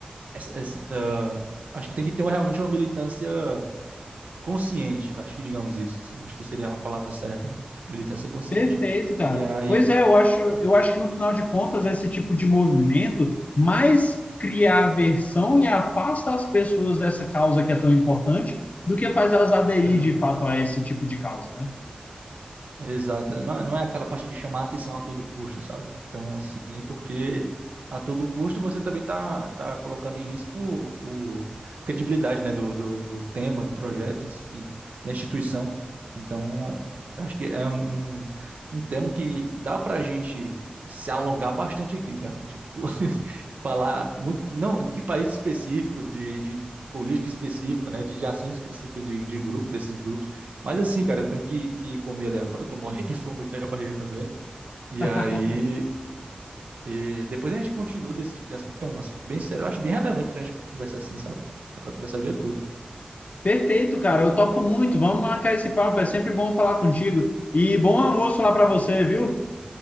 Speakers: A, on the right; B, on the left.
A: essa, essa- acho que tem que ter uma- realmente uma militância consciente, acho que digamos isso, acho que seria a palavra certa, né? Militância consciente.
B: Perfeito, cara.
A: E aí,
B: Pois é, eu acho,
A: e-
B: eu acho que no final de contas, esse tipo de movimento mais cria aversão e afasta as pessoas dessa causa que é tão importante do que faz elas aderir
A: aham.
B: de fato a esse tipo de causa, né?
A: Exato. Não, é- não é aquela parte de chamar a atenção a todo custo, sabe? Então, assim, porque a todo custo você também tá, tá colocando em risco o, o- a credibilidade, né, do, do, do tema, do projeto, em si, da instituição. Então, eu acho que é um, um um tema que dá pra gente se alongar bastante aqui, cara. Tipo, <laughs> falar muito, não, de país específico, de, de política específica, né, de, de ações específicas de, de grupo, desses grupos. Mas assim, cara, eu tenho que, que comer ali agora, eu tô morrendo de fome aqui, <laughs> a barriga tá doendo. E
B: <laughs>
A: aí, eh, depois a gente continua desse tipo de assunto, que é um assunto bem sério, eu acho bem relevante pra gente conversar assim, sabe? Dá pra conversar o dia todo.
B: Perfeito, cara. Eu topo muito. Vamos marcar esse papo. É sempre bom falar contigo. E bom almoço lá para você, viu?